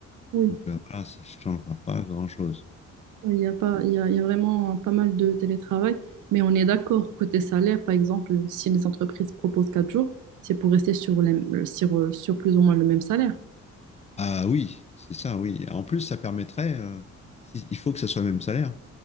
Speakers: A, on the right; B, on the left.
A: Oui,
B: Donc euh, voilà, ça ne changera pas grand-chose.
A: oui, il y a pas, il y a, il y a vraiment pas mal de télétravail, mais on est d'accord, côté salaire, par exemple, si les entreprises proposent 4 jours, c'est pour rester sur, les- sur, sur plus ou moins le même salaire.
B: Ah oui, c'est ça, oui. En plus, ça permettrait, euh, si- il faut que ça soit le même salaire,